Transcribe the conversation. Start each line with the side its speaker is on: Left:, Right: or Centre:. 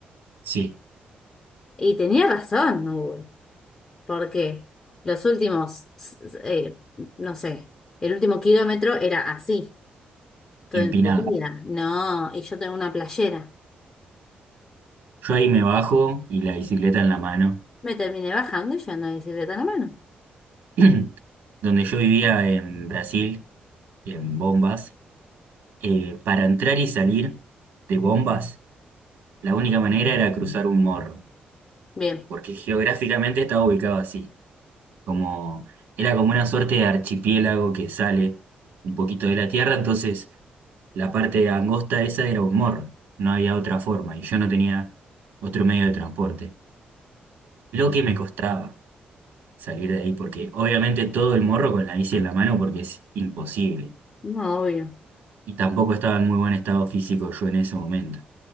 Right: Sí,
Left: Y tenía razón Google, porque los últimos, s- s- eh, no sé, el último kilómetro era así, todo
Right: empinado.
Left: en subida, no, y yo tengo una playera.
Right: Yo ahí me bajo y la bicicleta en la mano.
Left: Me terminé bajando y yo ando en bicicleta en la mano.
Right: <clears throat> Donde yo vivía en Brasil, en Bombas, eh, para entrar y salir de Bombas, la única manera era cruzar un morro,
Left: Bien.
Right: porque geográficamente estaba ubicado así. como era como una suerte de archipiélago que sale un poquito de la tierra, entonces la parte angosta esa era un morro, no había otra forma y yo no tenía otro medio de transporte. Lo que me costaba salir de ahí, porque obviamente todo el morro con la bici en la mano porque es imposible.
Left: No, obvio,
Right: Y tampoco estaba en muy buen estado físico yo en ese momento.